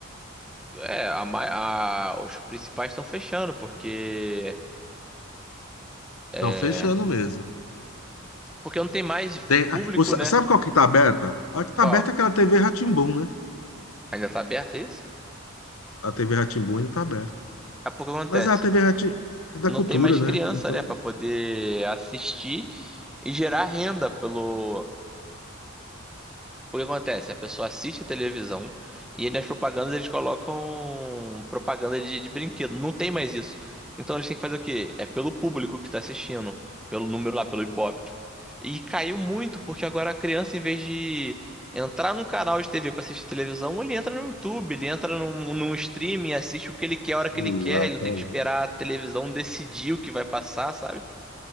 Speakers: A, in the centre; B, on the left (about 80°).
A: é, a, mai- a- os principais estão fechando porque é,
B: Estão fechando mesmo.
A: porque não tem mais
B: Tem,
A: público,
B: ah, o sabe
A: né?
B: qual que tá aberta? A que tá
A: Qual?
B: aberta é aquela TV rá tim né?
A: Ainda tá aberto é isso?
B: A TV rá tim ainda tá aberta.
A: É porque acontece,
B: Mas é a TV rá é da
A: não
B: cultura,
A: tem mais
B: né?
A: criança,
B: Então.
A: né, para poder assistir e gerar renda pelo O que acontece? A pessoa assiste a televisão e aí nas propagandas eles colocam propaganda de, de brinquedo. Não tem mais isso. Então eles têm que fazer o quê? É pelo público que tá assistindo, pelo número lá, pelo Ibope. E caiu muito, porque agora a criança, em vez de entrar num canal de TV pra assistir televisão, ele entra no YouTube, ele entra num, num streaming, assiste o que ele quer, a hora que
B: Exatamente.
A: ele quer, ele não tem que esperar a televisão decidir o que vai passar, sabe?